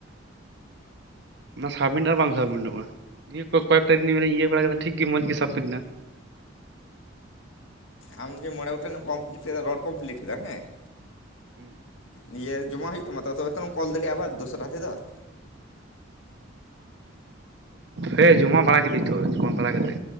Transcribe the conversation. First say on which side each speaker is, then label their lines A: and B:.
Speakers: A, on the right; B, on the left.
A: ᱚᱱᱟ ᱥᱟᱵᱢᱤᱱᱴ ᱟᱨ ᱵᱟᱝ ᱥᱟᱵᱢᱤᱱᱴᱚᱜᱼᱟ ᱱᱤᱭᱟᱹ ᱠᱚ ᱠᱚᱭᱮᱠᱴᱟ ᱫᱤᱱ ᱦᱚᱞᱤᱧ ᱤᱭᱟᱹ ᱵᱟᱲᱟ ᱠᱮᱫᱟ ᱴᱷᱤᱠ ᱜᱤ ᱢᱚᱸᱡᱽ ᱜᱮ ᱥᱟᱵᱯᱤᱴ ᱱᱟ ᱾
B: ᱟᱢ ᱡᱮ ᱢᱚᱬᱮ ᱜᱚᱴᱮᱝ ᱮᱢ ᱠᱚᱢᱯᱞᱤᱴ ᱠᱮᱫᱟ ᱨᱚᱲ ᱠᱚᱢᱯᱞᱤᱴ ᱠᱮᱫᱟ ᱦᱮᱸ ᱾
A: ᱦᱮᱸ ᱾
B: ᱱᱤᱭᱟᱹ ᱡᱚᱢᱟ ᱦᱩᱭᱩᱜ ᱛᱟᱢᱟ ᱛᱚ ᱛᱚᱵᱮ ᱛᱚᱢ ᱠᱚᱞ ᱫᱟᱲᱮᱜ ᱟᱵᱟᱨ ᱫᱚᱥᱨᱟ ᱛᱮᱫᱚ ᱾
A: ᱦᱮᱸ ᱡᱚᱢᱟ ᱵᱟᱲᱟ ᱠᱤᱫᱤᱧ ᱛᱚ ᱡᱚᱢᱟ ᱵᱟᱲᱟ ᱠᱟᱛᱮ